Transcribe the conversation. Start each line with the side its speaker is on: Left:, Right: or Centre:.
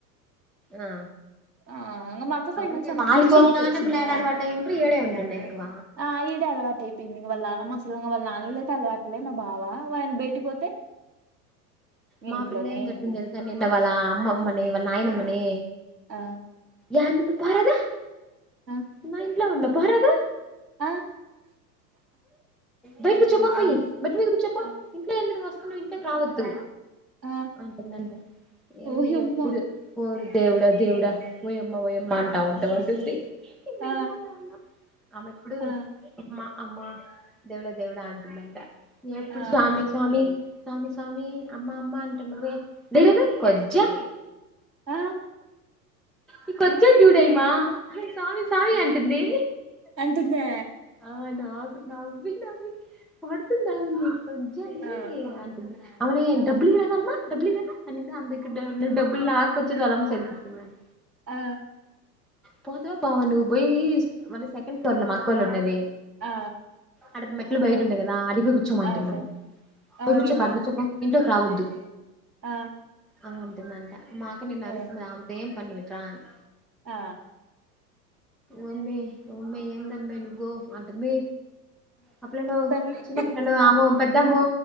Centre: ఆ
Right: ఆ మక్క ఫైవ్
Centre: అవునే
Right: మంత్స్ అన్నప్ప
Centre: వాళ్ళకి
Right: నుంచిద
Centre: వాళ్ళ
Right: అ ఇడ
Centre: నానమ్మ
Right: వచ్చింద
Centre: యాడ అలవాటు అయ్యిండ్రు ఈడే ఉంటుండే ఎక్కువ
Right: ఆ ఈడ అలవాటు అయిపోయింది ఇ వాళ్ళ నానమ్మ అసలు ఇ వాళ్ళ నాను లేతే అలవాట్లే మా బావ ఆయన బయటి పోతే
Centre: మా
Right: ఇంట్లోనే
Centre: పిల్ల ఏం జట్తుంది
Right: ఇంట్లోనే
Centre: తెలుసా నిన్నవళ్ళ అమ్మమ్మనీ వాళ్ళ నాయనమ్మనీ
Right: ఆ
Centre: యందరు పదా
Right: ఆ
Centre: <unintelligible> లేకుండా పారాదు
Right: ఆ
Centre: బయట కూర్చో పొ పోయి మెట్ల మీద కూర్చోపో
Right: ఆ
Centre: ఇంట్లో ఏంది నువ్వు నువ్వు ఇంట్లోకి రావద్దు
Right: ఆ
Centre: అంటుందంట ఏంది
Right: ఓయమ్మ
Centre: ఎప్పుడు పోరు దేవుడా దేవుడా ఓయమ్మ ఓయమ్మ అంటా ఉంటే ఏమంటుంది
Right: ఆ
Centre: నేను బోన్లో ఉన్నా ఆమె ఎప్పుడు
Right: ఆ
Centre: మా అమ్మా దేవుడా దేవుడా అంటుందంట ఎప్పుడు
Right: ఆ
Centre: స్వామి స్వామి స్వామి స్వామి అమ్మా అమ్మ అంటున్నవే దెరివి కొజ్జా
Right: ఆ
Centre: ఈ కొజ్జం జూడే మా స్వామి స్వామి అంటుంది
Right: అంటుందే
Centre: ఆ నాక్ నవ్వి నవ్వి పడుతుందా అవుని <unintelligible> కొజ్జా దీ
Right: ఆ
Centre: అంటుంది. అరిడబ్బులిరాదమా.
Right: ఆ
Centre: డబ్బులు ఇయిరాదు. అనేద్ అం ద డా <unintelligible> దగ్గర డబ్బులు లాకోచ్చి వాళ్ళమ్మ చేతికిచ్చిందంట
Right: ఆ
Centre: పోతవ పోవ నువ్వు పోయి మళ్ళ సెకండ్ ఫ్లోర్ లో మాక్కోళ్ళు ఉండేది.
Right: ఆ
Centre: అడ మెట్లు బయట ఉంటాయి. కదా అడ్ పోయి కూర్చో మంట్
Right: అవును
Centre: అన్. పోయి
Right: అవురేమి
Centre: కూర్చో పో ఆడ కూర్చో పో ఇ ఇంట్లోకి రావోద్దు
Right: ఆ
Centre: అ అంటుంద్ అంట మాక్క నిన్న
Right: ఉమ్
Centre: అరుస్తుంది ఆమ్ పెమ్ పండు ఇటు రా అని
Right: ఆ
Centre: ఓమ్మె ఓమ్మె ఎందమే నువ్వు అంటుంది ఆ పిల్లల్లు
Right: తల్లి
Centre: చిన్న పిల్లల్లు అమో పెద్దమ్మో